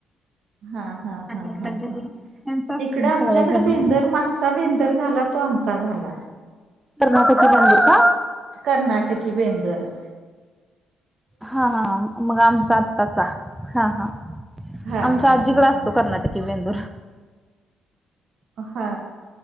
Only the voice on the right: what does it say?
हा हा
हा
हा
हा
इकडे
आमच्याकडे
बेंदर म चा बेंदर झाला तो आमचा झाला.
कर्नाटकी बेंदूर.
हा
हा
हा
हा
हा
हा